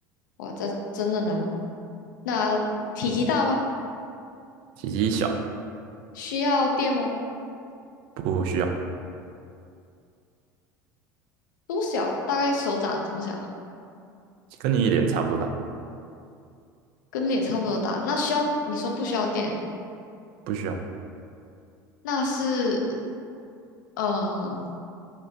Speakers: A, on the left (about 75°); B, on the right (about 60°).
A: 哇，这真的难啊那体积大吗？
B: 体积小，
A: 需要垫吗？
B: 不需要，
A: 多小？大概手掌这么小，
B: 跟你脸差不多大，
A: 跟脸差不多大。那需要，你说不需要垫，
B: 不需要，
A: 那是呃